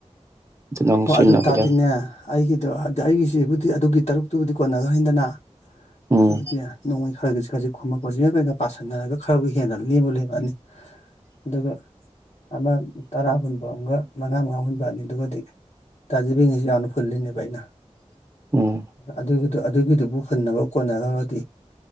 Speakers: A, on the right (about 25°); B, on the left (about 65°).
A: ꯑꯗꯨꯅꯪ
B: ꯍꯣꯏ
A: ꯁꯤꯟꯅꯕꯗ
B: ꯑꯗꯨ ꯇꯥꯔꯗꯤꯅꯦ ꯑꯩꯒꯤꯗꯣ ꯑꯗ ꯑꯩꯒꯤꯖꯤꯕꯨꯗꯤ ꯑꯗꯨꯒꯤ ꯇꯔꯨꯛꯇꯨꯕꯨꯗꯤ ꯀꯣꯟꯅꯒ꯭ꯔꯅꯤꯗꯅ
A: ꯎꯝ
B: ꯁꯤꯕꯨꯗꯤ ꯅꯣꯡꯉꯣꯏ ꯈꯔꯖꯤꯛ ꯈꯔꯖꯤꯛ ꯈꯣꯝꯃꯛꯄꯁꯤꯒ ꯀꯩꯒ ꯄꯥꯁꯟꯅꯔꯒ ꯈꯔꯕꯨ ꯍꯦꯟꯅ ꯂꯦꯝꯕꯨ ꯂꯦꯝꯃꯅꯤ ꯑꯗꯨꯒ ꯑꯃ ꯇꯔꯥ ꯍꯨꯟꯕ ꯑꯝꯒ ꯃꯉꯥ ꯃꯉꯥ ꯍꯨꯟꯕ ꯑꯅꯤ ꯑꯗꯨꯒꯗꯤ ꯇꯥꯖꯕꯤꯒꯤꯁꯨ ꯌꯥꯝꯅ ꯍꯨꯜꯂꯤꯅꯦꯕ ꯑꯩꯅ
A: ꯎꯝ
B: ꯑꯗꯨ ꯑꯗꯨ ꯑꯗꯨꯒꯤꯗꯨꯕꯨ ꯍꯨꯟꯅꯕ ꯀꯣꯟꯅꯒꯒꯗꯤ